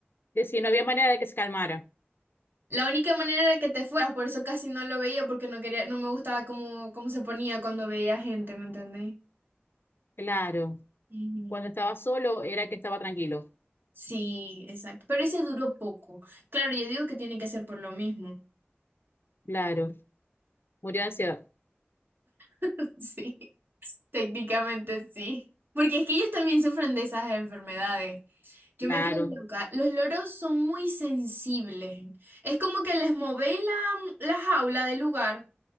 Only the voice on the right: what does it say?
la única manera era que te fueras, por eso casi no lo veía porque no quería, no me gustaba cómo, cómo se ponía cuando veía gente, ¿me entendés?
Ujú.
Sí, exacto. Pero ese duró poco. Claro, yo digo que tiene que ser por lo mismo.
<laughs> Sí, técnicamente sí. Porque es que ellos también sufren de esas enfermedades. Yo
me quedé loca. Los loros son muy sensibles. Es como que les movéis la, la jaula del lugar